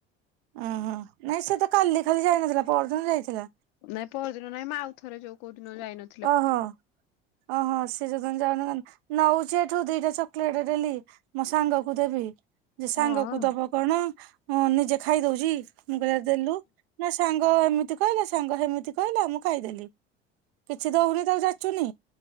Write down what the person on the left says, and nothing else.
ନାଇଁ ପଅରଦିନ ନାଇଁମ। ଆଉଥରେ ଯୋଉ କୋଉଦିନ ଯାଇନ
ହଁ